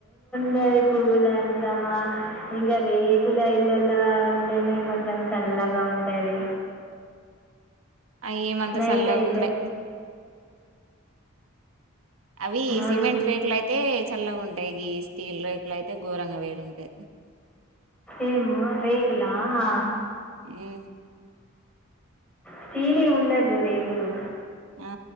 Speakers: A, in the centre; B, on the right.
A: టె కూల్ అంటమా ఇంకా రేకుల ఇల్లలా ఉంటేనే కొంచెం చల్ల లగా ఉంటది
B: అయేమంతా
A: నైట్
B: సల్లగ
A: అయితే
B: ఉన్నయి. అవి
A: ఓయ్,
B: సిమెంట్ రేకులు అయితే. చల్లగా ఉంటయి గి స్టీల్ రేకులు అయితే ఘోరంగా వేడి ఉంటయి.
A: ఏం రేకులా ఆ
B: ఉమ్
A: స్టీలి ఉండద్దు రేకులు.
B: ఆ